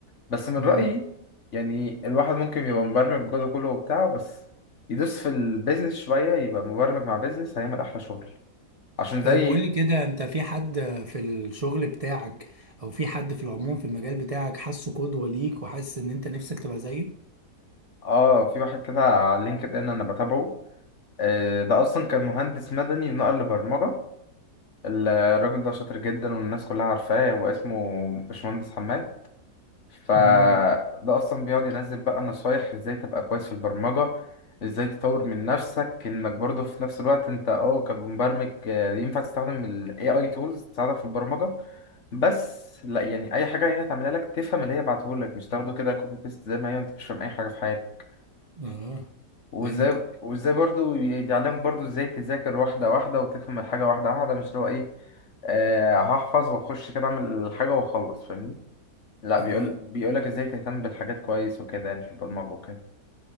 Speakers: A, on the left (about 45°); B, on the right (about 40°).
A: بس من
B: امم
A: رأيي يعني الواحد ممكن يبقى مبرمج وجوده كله وبتاع بس يدوس في البيزنس شوية يبقى مبرمج مع بيزنس هيعمل أحلى شغل عشان
B: طيب
A: زي
B: قول لي كده انت في حد في الشغل بتاعك او في حد في العموم في المجال بتاعك حاسه قدوة ليك وحاسس ان انت نفسك تبقى زيه
A: اه في واحد كده على لينكد إن أنا بتابعه آه، ده أصلا كان مهندس مدني ونقل لبرمجة ال- الراجل ده شاطر جدا والناس كلها عارفاه هو اسمه باشمهندس حماد فده
B: امم
A: اصلا بيقعد ينزل بقى نصايح ازاي تبقى كويس في البرمجة ازاي تطور من نفسك انك برضه في نفس الوقت انت اه كمبرمج آه، ينفع تستخدم ال AI tools تساعدك في البرمجة بس لا يعني اي حاجة هي هتعملها لك تفهم اللي هي بعتهولك مش تاخده كده كوبي بيست زي ما هي انت مش فاهم اي حاجة في حياتك
B: اه
A: وازاي
B: فهمتك
A: وازاي برضو ي- بيعلمك برضو ازاي تذاكر واحدة واحدة وتفهم الحاجة واحدة واحدة مش اللي هو ايه آه هحفظ واخش كده اعمل الحاجة واخلص فاهمني لا
B: اه
A: بيقول بيقولك ازاي تهتم بالحاجات كويس وكده يعني في البرمجة وكده